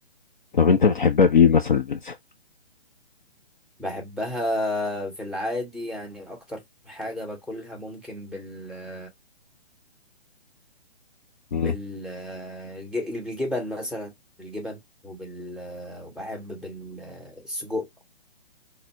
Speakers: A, on the left (about 50°); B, in the centre.
A: طب انت بتحبها بايه مثلا البيتزا
B: بحبها في العادي يعني اكتر حاجه باكلها ممكن بالفراخ
A: مم.
B: بال ج- بالجبن مثلا بالجبن وبال وبحب بالسجق